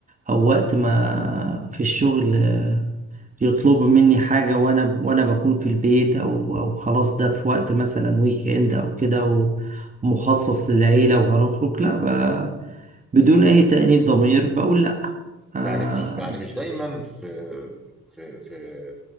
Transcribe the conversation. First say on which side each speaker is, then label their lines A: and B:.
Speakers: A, on the right; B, in the centre.
A: او وقت ما في الشغل آه، يطلبوا مني حاجة وانا وانا بكون في البيت او او خلاص ده في وقت مثلا ويك اند او كده ومخصص للعيلة وهنخرج لا ب- بدون اي تأنيب ضمير بقول لا آه
B: يعني مش يعني مش دايما في في في